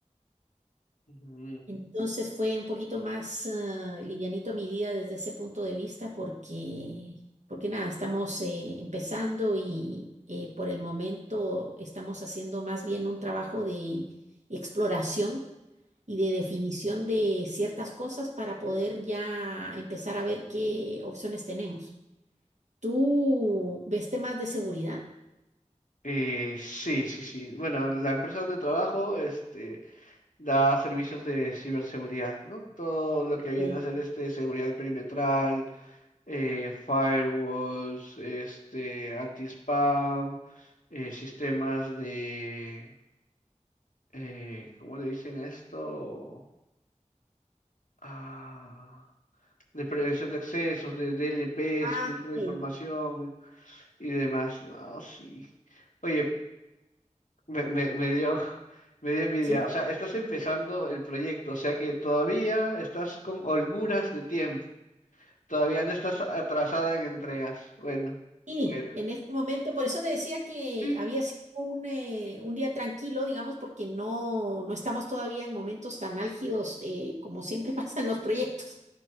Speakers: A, on the left; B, on the right.
A: Ujú.
B: Entonces fue un poquito más ah, livianito mi día desde ese punto de vista porque, porque nada, estamos eh, empezando y eh, por el momento estamos haciendo más bien un trabajo de exploración y de definición de ciertas cosas para poder ya empezar a ver qué opciones tenemos. ¿Tú ves temas de seguridad?
A: Eh, sí, sí, sí. Bueno, la empresa donde trabajo, este, da servicios de ciberseguridad, ¿no? Todo lo
B: Ok.
A: que viene a ser este seguridad perimetral, eh, firewalls, este anti-spam, eh, sistemas de eh, ¿cómo le dicen a esto? Ah, de prevención de accesos, de DLPs,
B: Ah,
A: filtro de
B: ok.
A: información y demás. Ah, sí. Oye, Me, me, me dio, <laughs> me dio envidia.
B: Sí.
A: O sea, estás empezando el proyecto, o sea que todavía estás con holguras de tiempo. Todavía no estás atrasada en entregas. Bueno,
B: Sí,
A: bueno.
B: en este momento, por eso te decía que
A: Sí.
B: había sido un, eh, un día tranquilo, digamos, porque no, no estamos todavía en momentos tan álgidos eh, como siempre <laughs> pasan los proyectos.